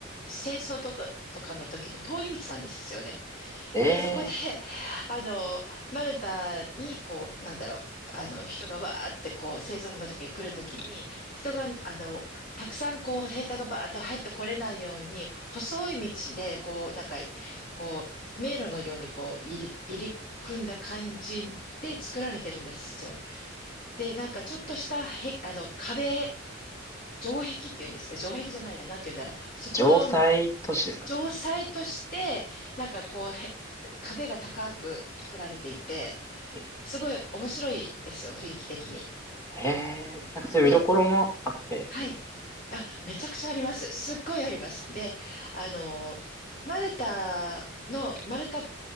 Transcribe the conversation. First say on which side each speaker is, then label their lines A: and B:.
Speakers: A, on the left; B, on the left.
A: 戦争とか、とかの時の通り道なんですよね。
B: ええ
A: で、そこで、<laughs> あの、マルタに、こう、なんだろう、あの、人がわーって、こう、戦争の時に来る時に、人が、あの、たくさん、こう、兵隊がバーって入ってこれないように、細い道で、こう、なんか、こう、迷路のように、こう、入り、入り組んだ感じで作られてるんですよ。で、なんか、ちょっとした、へ、あの、壁、城壁っていうんですか、城壁じゃないな、なんて言うんだろう。そこの
B: 城塞都市ですかね。
A: 城塞として、なんかこう、へ壁が高く作られていて、
B: ええ
A: すごい面白いですよ、雰囲気的に。
B: ええなんかそういう見どころもあって、
A: で、はい。
B: え
A: あ、めちゃくちゃあります。すっごいあります。で、あの、マルタの、マルタ